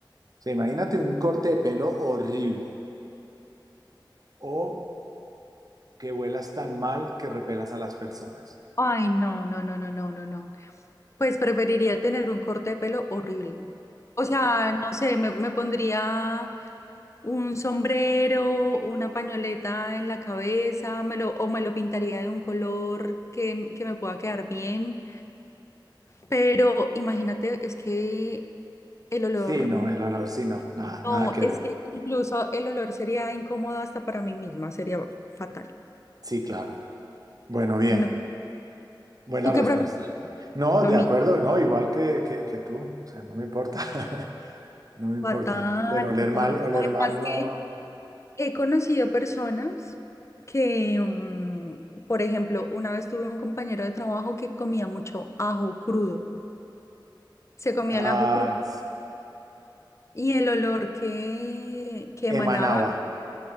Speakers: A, on the right (about 50°); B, on the left (about 35°).
A: O sea, imagínate un corte de pelo horrible o que huelas tan mal que repelas a las personas.
B: Ay, no, no, no, no, no, no, no. Pues preferiría tener un corte de pelo horrible. O sea, no sé, me, me pondría Un sombrero, una pañoleta en la cabeza, me lo, o me lo pintaría de un color que, que me pueda quedar bien. Pero imagínate, es que el olor,
A: Sí, no, el olor sí, no, nada,
B: no,
A: nada que
B: es
A: ver.
B: que incluso el olor sería incómodo hasta para mí misma, sería fatal.
A: Sí, claro. Bueno, bien,
B: No.
A: buena
B: ¿Tú
A: respuesta.
B: qué prefieres?
A: No,
B: Lo
A: de
B: mismo.
A: acuerdo, no, igual que, que, que tú, o sea, no me importa. <laughs> No me importa.
B: Fatal,
A: Pero oler
B: fatal.
A: mal, oler
B: Además
A: mal no.
B: que he conocido personas que, mm, por ejemplo, una vez tuve un compañero de trabajo que comía mucho ajo crudo. Se comía
A: Ah,
B: el ajo crudo y el olor que, que
A: emanaba.
B: emanaba,